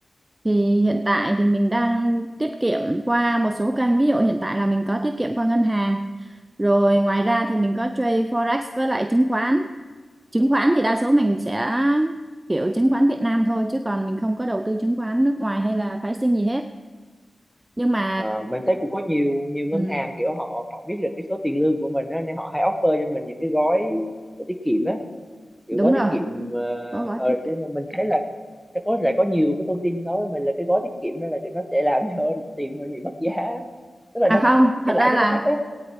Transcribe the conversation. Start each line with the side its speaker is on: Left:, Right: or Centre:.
Right: Thì hiện tại thì mình đang tiết kiệm qua một số kênh ví dụ hiện tại là mình có tiết kiệm qua ngân hàng rồi ngoài ra thì mình có trade forex với lại chứng khoán chứng khoán thì đa số mình sẽ kiểu chứng khoán Việt Nam thôi chứ còn mình không có đầu tư chứng khoán nước ngoài hay là phái sinh gì hết nhưng mà
Centre: Ờ, mình thấy cũng có nhiều nhiều ngân
Right: ừ,
Centre: hàng kiểu họ họ biết được cái số tiền lương của mình á nên họ hay offer cho mình những cái gói tiết kiệm á kiểu
Right: đúng
Centre: gói
Right: rồi
Centre: tiết kiệm ờ,
Right: có gói
Centre: ờ,
Right: tiết
Centre: thế
Right: kiệm
Centre: mà mình thấy là sẽ có lại có nhiều cái thông tin nói với mình là cái gói tiết kiệm đó là kiểu nó sẽ làm cho <laughs> tiền mình bị mất giá tức là nó
Right: À không, thật
Centre: cái lãi
Right: ra
Centre: suất
Right: là
Centre: nó thấp ấy